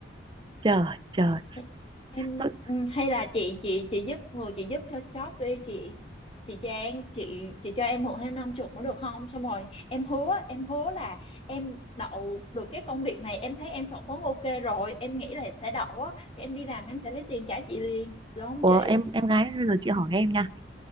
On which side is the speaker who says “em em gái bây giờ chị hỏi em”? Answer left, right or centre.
Right